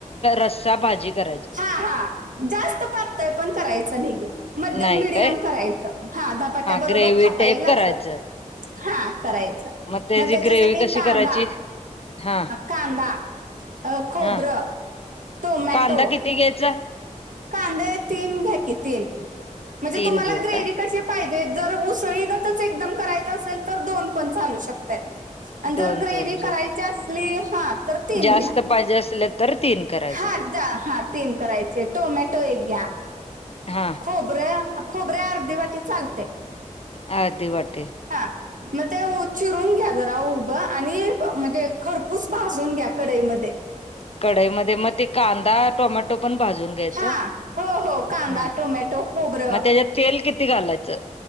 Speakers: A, on the left; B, on the right.
A: र <unintelligible> भाजी करता.
B: हा. हा. जास्त पातळ पण करायचं नाहीय. मध्यम,
A: नाही
B: मिडियम
A: काय
B: करायचं. हा. धपाट्या बरोबर
A: ग्रेव्ही
B: खाता
A: टाईप
B: येईल?
A: करायचं
B: असं. हा. करायचं
A: त्याची
B: मग, त्याच्यासाठी
A: ग्रेव्ही कशी
B: कांदा.
A: करायची हा.
B: कांदा अ खोबरं.
A: हा
B: टोमॅटो
A: कांदा किती? घ्यायचं?
B: कांदे तीन घ्या की तीन, म्हणजे
A: तीन
B: तुम्हाला
A: घेऊ
B: ग्रेव्ही
A: काय
B: कशी? पाहिजे जर उसळीगतच एकदम करायचं असेल, तर दोन पण चालू शकता. आणि
A: दोन
B: जर ग्रेव
A: चालू
B: करायची
A: शक
B: असली, हा तर तीन
A: जास्त
B: घ्या.
A: पाहिजे असेल. तर, तीन कराय.
B: हा. चार हा तीन करायचे. टोमॅटो एक घ्या.
A: हां.
B: खोबरं खोबरे अर्धी वाटी चालतंय.
A: अर्धी वाटी.
B: हा. मग ते चिरून घ्या. जरा उभं आणि म्हणजे खरपूस भाजून घ्या. कडाईमध्ये.
A: कढाईमध्ये मग, ते कां दा टोमॅटो पण, भाजून घ्यायच..
B: हा हो हो कांदा
A: ह.
B: टोमॅटो खोबरं
A: मग, त्याच्या. तेल किती? घालायचं.